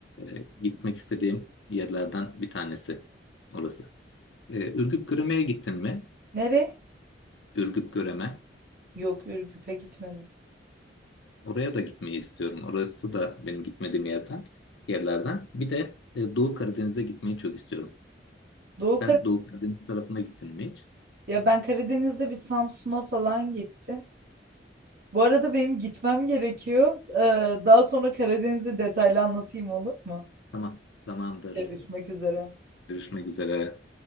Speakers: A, on the left; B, on the right.
A: e, gitmek istediğim yerlerden bir tanesi orası. E, Ürgüp Göreme'ye gittin mi?
B: Nereye?
A: Ürgüp Göreme.
B: Yok Ürgüp'e gitmedim.
A: Oraya da gitmeyi istiyorum. Orası da benim gitmediğim yerden, yerlerden. Bir de e, Doğu Karadeniz'e gitmeyi çok istiyorum.
B: Doğu
A: Sen Doğu Karadeniz tarafına gittin mi hiç?
B: Ya ben Karadeniz'de bir Samsun'a falan gitti. Bu arada benim gitmem gerekiyor. Ee, daha sonra Karadeniz'i detaylı anlatayım olur mu?
A: Tamam, tamamdır.
B: Görüşmek üzere.
A: Görüşmek üzere.